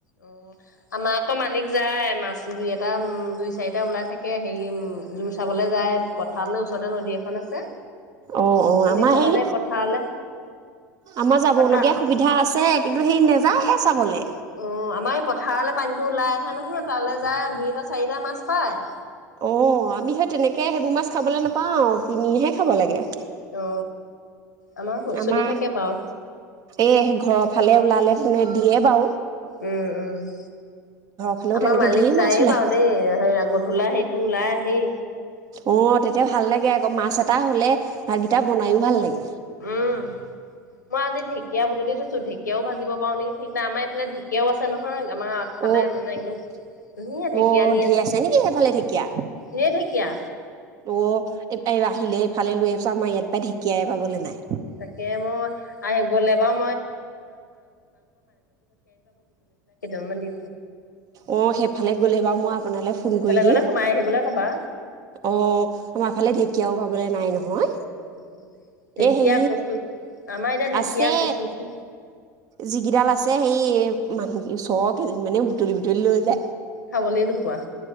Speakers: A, on the left; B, on the right.
A: অ আমাৰ আকৌ মালিক যায় মাছ। দুই এটা দুই চাৰিটা ওলাই থাকে হেৰি জোৰ চাবলৈ যায়। পথাৰলৈ ওচৰতে নদী এখন আছে
B: অ অ
A: নদীখনতে
B: আমাৰ সেই
A: পথাৰলে
B: আমাৰ যাব
A: পথাৰ
B: লগীয়া সুবিধা আছে কিন্তু সী নাযায়। ছাগলী
A: অ আমাৰ এই পথাৰলে পানীটো ওলাই মানুবোৰ তালৈ যায় দুইটা চাৰিটা মাছ পায়
B: অ আমি সেই তেনেকে সেইবোৰ মাছ খাবলৈ নাপাওঁ, আৰু কিনিহে খাব লাগে।
A: অ আমাৰ চলি
B: আমাৰ
A: থাকে বাৰু
B: এই ঘৰৰ ফালে নিদিয়ে বাও
A: উম উম
B: ফালেও
A: আমাৰ
B: তেনেকে
A: মালিক
B: ঢেৰ
A: যায়ে
B: মাছ ওলায়
A: বাৰু দেই হেই গধূলা সেই টো ওলাই আহেই।
B: অ তেতিয়া ভাল লাগে আকৌ মাছ এটা হলে ভাত কেইটা বনাইও ভাল লাগে।
A: উম মই আজি ঢেকীয়া বুটলি থৈছো ঢেকীয়াও ভাজিব পাৰো নেকি ঠিক নাই আমাৰ এইফালে ঢেকীয়াও আছে নহয়। আমাৰ আগফালে
B: অ অ
A: মানে একদম ধুনীয়া ঢেকীয়া আনি
B: ধেৰ আছে নেকি সেইফালে ঢেঁকীয়া,
A: ধেৰ ঢেকীয়া
B: অ আহিলে ফালে লৈ আহিছো আমাৰ ইয়াত পৰা ঢেকাই পাবলৈ নাই।
A: তাকে মই আহি গ'লে বাৰু মই
B: অ সেইফালে গ'লে বাৰু মই আপোনালৈ ফোন
A: এইফালে
B: কৰি দিম
A: গ'লে সোমাই আহিবলৈ ক'বা
B: অ আমাৰ ফালে ঢেকীয়াও পাবলৈ নাই নহয়।
A: উম ঢেকীয়া
B: এ হে
A: কচুত আমাৰ এতিয়া ঢেকীয়া
B: আছে
A: কচুটো
B: জিগিডাল আছে হেই মানুহ ছ কেজিত মানে বুটলি বুটলি লৈ যায়।
A: খাবলেই নোপোৱা।